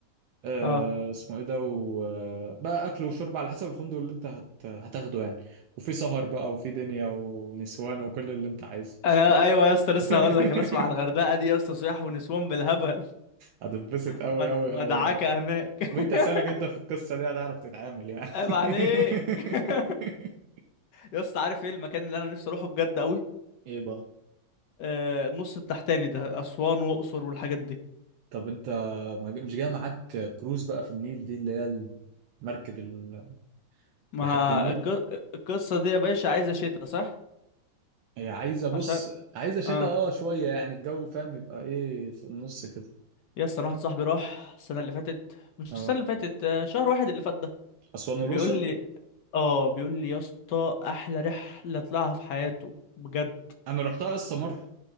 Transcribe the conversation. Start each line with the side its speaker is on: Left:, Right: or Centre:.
Right: آه
Left: اه
Right: اسمه ايه ده وبقى اكل وشرب على حسب الفندق اللي انت هت... هتاخده يعني وفي سهر بقى وفي دنيا ونسوان وكل اللي انت عايزه
Left: انا ايوه يا اسطى لسه
Right: <laughs>
Left: هقول لك انا اسمع عن الغردقة دي يا اسطى صياح ونسوان بالهبل
Right: هتتبسط قوي
Left: مد...
Right: قوي
Left: مدعكة
Right: قوي يعني
Left: هناك
Right: وانت
Left: <laughs>
Right: سالك انت في القصه دي هتعرف تتعامل يعني
Left: عيب عليك <laughs>
Right: <laughs>
Left: يا اسطى عارف ايه المكان اللي انا نفسي اروحه بجد قوي
Right: ايه بقى
Left: آه، النص التحتاني ده أسوان وأقصر والحاجات دي
Right: طب انت ما ج- مش جاي معاك كروز بقى في النيل دي اللي هي المركب ال...
Left: ما
Right: لحد النيل
Left: الق- القصة دي يا باشا عايزة شتا صح
Right: هي عايزه بص
Left: عشان
Right: عايزه شتاء
Left: اه
Right: اه شويه يعني الجو فاهم يبقى ايه في النص كده
Left: يا اسطى أنا واحد صاحبي راح السنة اللي فاتت مش
Right: اه
Left: السنة اللي فاتت آه، شهر واحد اللي فات ده
Right: اسوان
Left: بيقول
Right: والاقصر
Left: لي اه بيقول لي يا اسطى أحلى رحلة طلعها في حياته بجد
Right: انا رحتها قصه مره